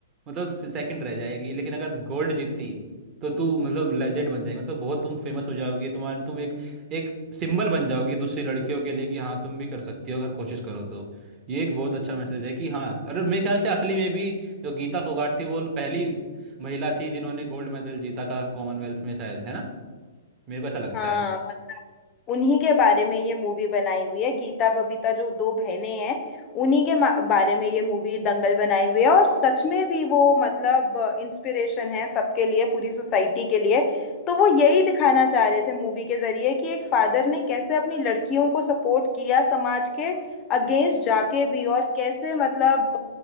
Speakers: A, on the right (about 30°); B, on the left (about 30°).
A: मतलब सेकंड रह जाएगी लेकिन अगर गोल्ड जीती तो तू मतलब लेजेंड बन जाएगी मतलब बहुत तुम फेमस हो जाओगी तुम्हारे तुम एक एक सिंबल बन जाओगी दूसरी लड़कियों के लिए कि हाँ तुम भी कर सकती हो अगर कोशिश करो तो ये एक बहुत अच्छा मैसेज है कि हाँ और मेरे ख्याल से असली में भी जो गीता फोगाट थी वो पहली महिला थी जिन्होंने गोल्ड मेडल जीता था कॉमनवेल्थ में शायद है ना मेरे को ऐसा लगता
B: हाँ
A: है
B: मतलब उन्हीं के बारे में ये मूवी बनाई हुई है गीता बबीता जो दो बहनें हैं उन्हीं के मा- बारे में ये मूवी दंगल बनाई हुई है और सच में भी वो मतलब इंस्पिरेशन है सबके लिए पूरी सोसाइटी के लिए तो वो यही दिखाना चाह रहे थे मूवी के जरिए कि एक फादर ने कैसे अपनी लड़कियों को सपोर्ट किया समाज के अगेंस्ट जाके भी और कैसे मतलब